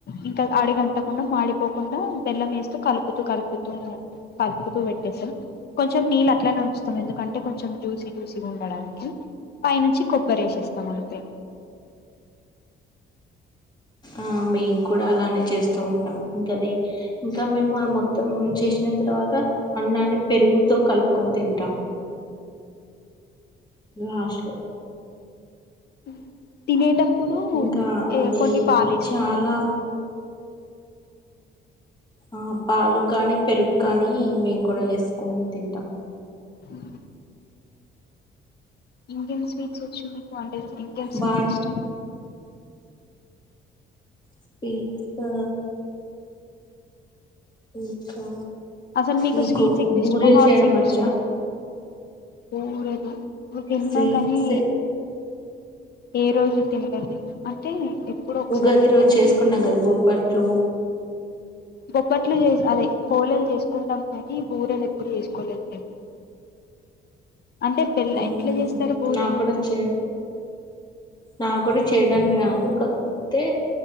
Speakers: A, on the left (about 55°); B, on the left (about 20°).
A: ఇంక అడగంటకుండా మాడిపోకుండా బెల్లం ఏస్తూ కలుపుతూ కలుపుతూ కలుపుతూ పెట్టేస్తం కొంచెం నీళ్ళు అట్లనే ఉంచుతం ఎందుకంటే కొంచెం జూసి జూసిగా ఉండడానికి. పైనుంచి కొబ్బరేశేస్తాం అంతే.
B: ఆ మేము కూడా అలానే చేస్తూ ఉంటాం ఇంకది ఇంకా మేము మొత్తం చేశిన. తర్వాతా అన్నాన్ని పెరుగుతో కలుపుకొని తింటాం. లాస్ట్ లో
A: ఊ తినేటప్పుడూ
B: ఇంకా
A: ఏ
B: అది
A: కొన్ని పాలు ఏసుకుంటం.
B: చాలా ఆ పాలు కాని పెరుగు కానీ మేము కూడా ఏసుకొన్ తింటాం.
A: ఊహు ఇంకేం స్వీట్స్ వచ్చు మీకు అంటే ఇంకేం స్వీట్స్
B: బాట్
A: ఇష్టమ్.
B: స్వీట్సూ ఇంకా
A: అసలు మీకు
B: నీకు
A: స్వీట్స్ ఎక్కువ
B: బూరెలు
A: ఇష్టమా హాట్స్
B: చేయడం
A: ఎక్కువ
B: వచ్చా.
A: ఇష్టమా బూరెలు ఇవి విన్నాం
B: స్వీట్స్
A: కానీ. ఏ రోజు తినలేన్ నేను అంటే ఎప్పుడో ఒకసారి
B: ఉగాది
A: తిన్నా
B: రోజు
A: కాని
B: చేసుకుంటాం గదా బొబ్బట్లూ.
A: బొబ్బట్లు చేస్ అదే పోలెల్ల్ చేసుకుంటాం కానీ బూరెలు ఎప్పుడు చేసుకోలేదు మేము. అంటే పెల్ల్
B: మ్మ్
A: ఎట్ల చేస్తరు బూరెలు.
B: నాకు కూడా చే నాకు కూడా చేయడానికి రాదు కాకపోతే